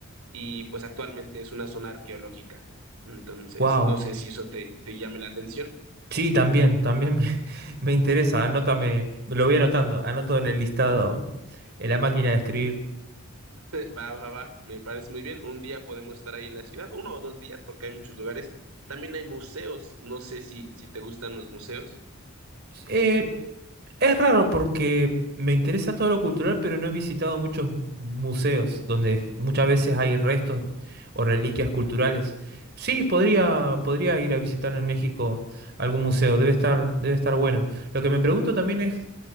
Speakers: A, on the right; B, on the right.
A: y pues actualmente es una zona arqueológica. Entonces,
B: Wow.
A: no sé si eso te, te llame la atención.
B: Sí, también, también me, <laughs> me interesa. Anótame, lo voy anotando, anoto en el listado, en la máquina de escribir.
A: <laughs> Va, va, va, me parece muy bien. Un día podemos estar ahí en la ciudad, uno o dos días, porque hay muchos lugares. También hay museos, no sé si, si te gustan los museos.
B: Eh, es raro porque me interesa todo lo cultural, pero no he visitado muchos museos donde muchas veces hay restos o reliquias culturales. Sí, podría, podría ir a visitar en México algún museo, debe estar, debe estar bueno. Lo que me pregunto también es